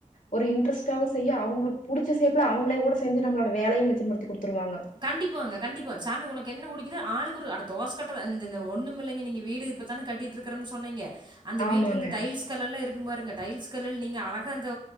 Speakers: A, on the left; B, on the right.
A: ஒரு இன்ட்ரஸ்ட்டாவு செய்யு அவுங்களுக்கு புடுச்ச சேப்புல அவுங்ளே கூட செஞ்சு நம்ளோட வேலையும் மிச்சப்படுத்தி குடுத்துருவாங்க
B: கண்டிப்பாங்க கண்டிப்பா சாமி ஒனக்கு என்ன புடிக்குதோ ஆளுக்கொரு அட தோசகட்ட இந்த இந்த ஒன்னுமில்லைங்க நீங்க வீடு இப்பதான கட்டிட்டு இருக்கறம்னு சொன்னீங்க அந்த
A: ஆமாங்க,
B: வீட்ல இருந்து டைல்ஸ் கல்லெல்லா இருக்கும்பாருங்க டைல்ஸ் கல்லுல நீங்க அழகா அந்த